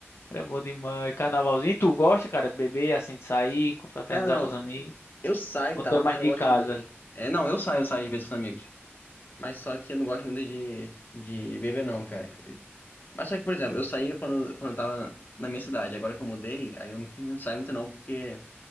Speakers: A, on the left; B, on the left.
A: Era bom demais. Carnavalzinho. E tu gosta, cara, de beber, assim, de sair, confraternizar
B: Cara, não,
A: com os amigos?
B: Eu saio
A: Ou
B: e tal,
A: tu é
B: mas
A: mais
B: eu não
A: de
B: gosto
A: casa?
B: de. É, não, eu saio, eu saio às vezes com os amigos. Mas só que eu não gosto muito de, de beber, não, cara. Mas só que, por exemplo, eu saía quando, quando eu tava na minha cidade. Agora que eu mudei, aí eu não, não saio muito, não, porque